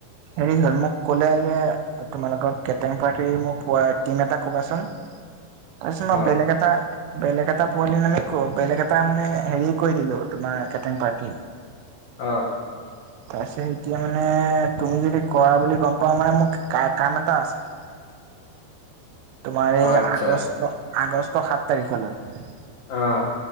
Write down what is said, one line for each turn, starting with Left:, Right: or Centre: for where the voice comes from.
Right: হেৰি হ'ল মোক ক'লে যে তোমালোকৰ কেটেৰিং পাৰ্টিৰ পোৱা ৰ টিম এটা কবাচোন। তাৰপিছত মই
Left: অ
Right: বেলেগ এটা বেলেগ এটা পোৱালি মানে ক বেলেগ এটা মানে হেৰি ক দিলো তোমাৰ কেটং পাৰ্টি।
Left: অ।
Right: <unintelligible> তাৰ পিছত এতিয়া মানে তুমি যদি কৰা বুলি গম পাও মানে মোক কা কাম এটা আছে। তোমাৰ এই
Left: অ আচ্ছা
Right: আগষ্ট আগষ্ট সাতঁ তাৰিখৰ লৈ।
Left: অঁ।